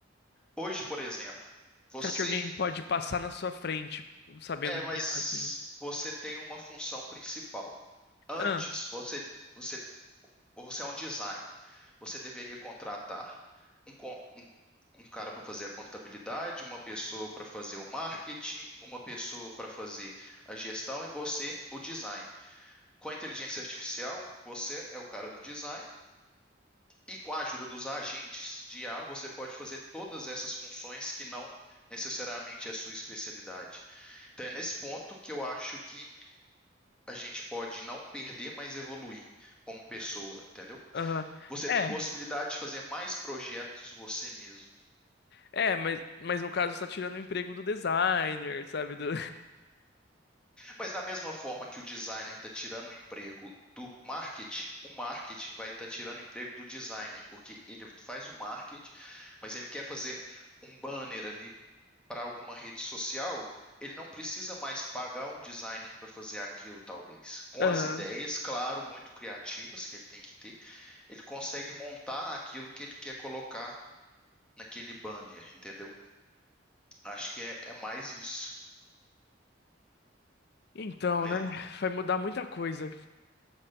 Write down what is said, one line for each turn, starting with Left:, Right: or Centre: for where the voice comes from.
Centre: hoje, por exemplo, você
Left: Será que alguém pode passar na sua frente sabendo
Centre: é,
Left: de
Centre: mas
Left: IA, assim?
Centre: você tem uma função principal. Antes,
Left: Ah,
Centre: você, você, você é um design. Você deveria contratar um, con- um, um cara para fazer a contabilidade, uma pessoa para fazer o marketing, uma pessoa para fazer a gestão e você o design. Com a inteligência artificial, você é o cara do design e com a ajuda dos agentes de IA, você pode fazer todas essas funções que não necessariamente é a sua especialidade. Então é nesse ponto que eu acho que a gente pode não perder, mas evoluir como pessoa, entendeu?
Left: aham.
Centre: Você tem
Left: É.
Centre: possibilidade de fazer mais projetos você mesmo.
Left: É, mas, mas no caso você tá tirando o emprego do designer, sabe? Do...
Centre: Mas da mesma forma que o designer está tirando o emprego do marketing, o marketing vai estar tirando o emprego do designer, porque ele faz o marketing, mas ele quer fazer um banner ali para alguma rede social, ele não precisa mais pagar um designer para fazer aquilo, talvez. Com
Left: <laughs> Aham.
Centre: as ideias, claro, muito criativas que ele tem que ter, ele consegue montar aquilo que ele quer colocar naquele banner, entendeu? Acho que é, é mais isso.
Left: Então,
Centre: Mas
Left: né? Vai mudar muita coisa.